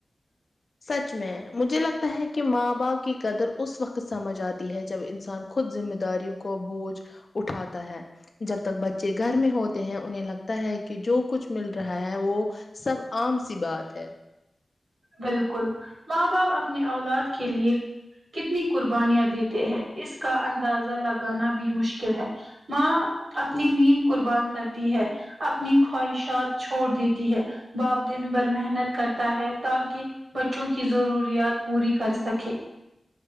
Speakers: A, on the left (about 50°); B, on the right (about 85°).
A: سچ میں مجھے لگتا ہے کہ ماں باپ کی قدر اس وقت سمجھ آتی ہے جب انسان خود ذمہ داریوں کا بوجھ اٹھاتا ہے جب تک بچے گھر میں ہوتے ہیں انہیں لگتا ہے کہ جو کچھ مل رہا ہے وہ سب عام سی بات ہے
B: بالکل ماں باپ اپنے اولاد کے لیے کتنی قربانیاں دیتے ہیں اس کا اندازہ لگانا بھی مشکل ہے ماں اپنی نیند قربان کرتی ہے اپنی خواہشات چھوڑ دیتی ہے باپ دن بھر محنت کرتا ہے تاکہ بچوں کی ضروریات پوری کر سکیں